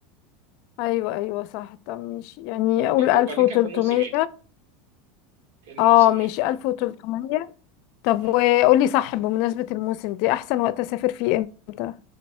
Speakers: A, on the left; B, on the right.
A: ايوه ايوه صح طب ماشي يعني
B: هو
A: اقول
B: كان كو...
A: 1300
B: وبعدين كان في موسم يعني كان
A: اه
B: موسم
A: ماشي
B: يعني
A: 1300 طب
B: م.
A: وقولي صح بمناسبة الموسم دي أحسن وقت أسافر فيه إمتى؟